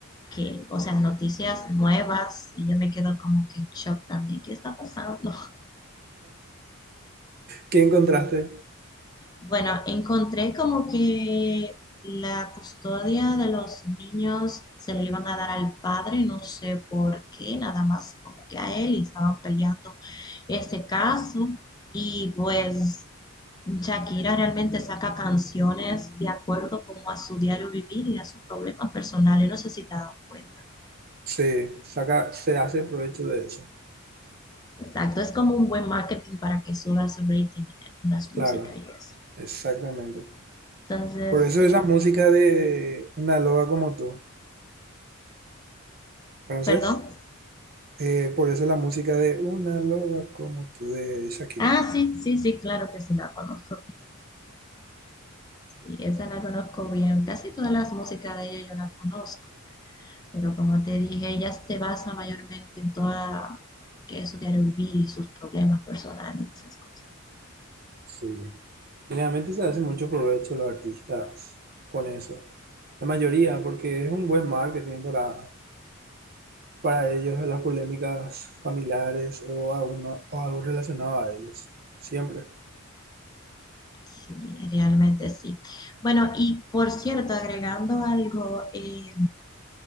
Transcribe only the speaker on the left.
que, o sea, noticias nuevas y yo me quedo como que en shock también. ¿Qué está pasando?
Bueno, encontré como que la custodia de los niños se le iban a dar al padre, no sé por qué, nada más como que a él y estaban peleando ese caso. Y pues Shakira realmente saca canciones de acuerdo como a su diario vivir y a sus problemas personales, no sé si te has dado cuenta.
Exacto, es como un buen marketing para que suba su rating en las músicas
y eso.
Entonces,
eh,
perdón.
Ah, sí, sí, sí, claro que sí la conozco. Sí, esa la conozco bien. Casi todas las músicas de ella yo la conozco, pero como te dije, ella se basa mayormente en toda que es su diario vivir y sus problemas personales y esas cosas.
Sí, realmente sí. Bueno, y por cierto, agregando algo, eh,